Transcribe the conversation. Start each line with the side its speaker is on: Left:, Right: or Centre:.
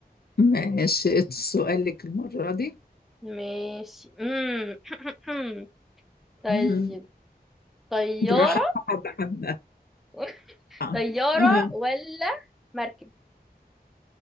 Left: ماشي سؤالك المرة دي
Centre: ماشي مم. <laughs> طيب
Left: مم.
Centre: طيارة
Left: بالراحة حبة حبة
Centre: <laughs>
Left: آه.
Centre: طيارة
Left: آه.
Centre: ولا مركب